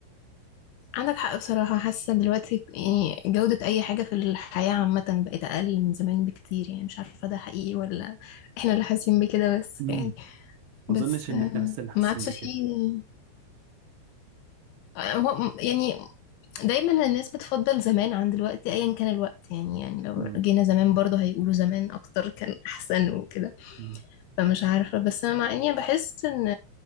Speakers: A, on the left; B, on the right.
A: عندك حق بصراحة حاسة دلوقتي يعني جودة أي حاجة في الحياة عامة بقت أقل من زمان بكتير يعني مش عارفة ده حقيقي ولا احنا اللي حاسين بكده بس
B: مم.
A: يعني بس
B: ما اظنش
A: آه،
B: ان احنا بس اللي حاسين
A: ما عادش
B: بكده
A: فيه آه، هو يعني دايما الناس بتفضل زمان عن دلوقتي أيا كان الوقت يعني يعني لو
B: مم.
A: جينا زمان برضه هيقولوا زمان أكتر كان أحسن وكده
B: مم.
A: فمش عارفة بس أنا مع اني بحس ان